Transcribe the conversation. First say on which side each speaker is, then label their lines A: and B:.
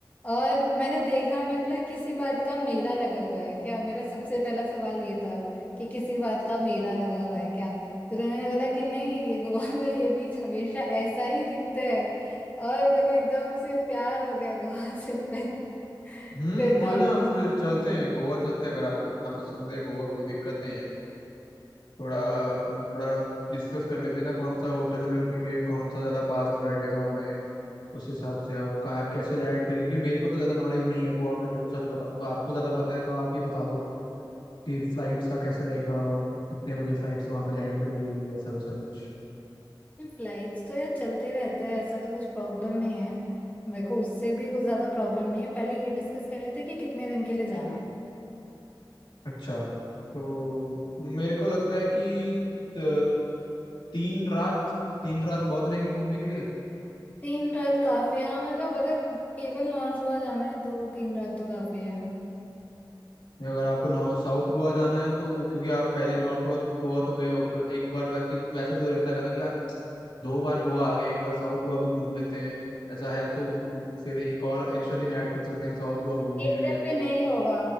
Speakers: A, on the left (about 20°); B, on the left (about 75°).
A: और मैंने देखा मेरे को लगा किसी बात का मेला लगा हुआ है क्या मेरा सबसे पहला सवाल ये था कि किसी बात का मेला लगा हुआ है क्या फिर उन्होंने बोला कि नहीं ये गोवा <laughs> में ये बीच हमेशा ऐसा ही दिखता है और मेरे को एकदम से प्यार हो गया गोवा <laughs> से फिर
B: हम्म
A: फिर
B: कोई
A: तो
B: ना
A: हम
B: फिर चलते हैं गोवा चलते हैं अगर आपको इतना पसंद है गोवा कोई दिक्कत नहीं है थोड़ा अपन थोड़ा डिस्कस कर लेते हैं ना कौन सा होटल में रुकेंगे कौन सा ज्यादा पास में बैठेगा हमें उस हिसाब से और कहाँ कैसे लैंड करेंगे क्योंकि मेरे को तो ज्यादा नॉलेज नहीं है गोवा का देखो सच बताऊँ तो आपको ज्यादा पता है तो आप ही बता दो कि फ्लाइट्स का कैसे रहेगा कितने बजे फ्लाइट्स वहाँ पे लैंड करेगी वैसा वैसा कुछ
A: फ्लाइट्स तो यार चलते रहते हैं ऐसा तो कुछ प्रॉब्लम नहीं है मेरे को उससे भी कुछ ज्यादा प्रॉब्लम नहीं है पहले ये डिस्कस कर लेते हैं कि कितने दिन के लिए जाना
B: अच्छा तो मेरे को लगता है कि अ, तीन रात तीन रात बहुत रहेगी घूमने के लिए
A: तीन रात काफी है। हाँ मतलब अगर केवल नॉर्थ गोवा जाना है तो तीन रात तो काफी है
B: अगर आपको नॉर्थ साउथ गोवा जाना है तो वो- क्योंकि आप पहले नॉर्थ गोवा तो गोवा तो गए हो फिर एक बार वैसे एक तो वैसा भी हो जाता है ना कि यार दो बार गोवा आ गए एक बार साउथ गोवा भी घूम लेते हैं ऐसा है तो उ- फिर एक और एक्स्ट्रा दिन ऐड कर सकते हैं साउथ गोवा घूमने
A: एक
B: के लिए
A: दिन
B: भी
A: में नहीं होगा